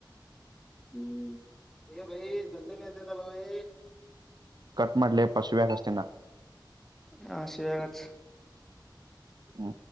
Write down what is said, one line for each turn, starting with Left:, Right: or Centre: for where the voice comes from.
Centre: ಹ್ಮ್ ಭೈ ಜಲ್ದಿ ಲೇತಾಬೈ.
Right: ಕಟ್ ಮಾಡಲೆ ಪಾಶವ್ಯಾ ಹಚ್ತೀನ.
Centre: ಹ ಶಿವಗಚ್.
Right: ಹ್ಮ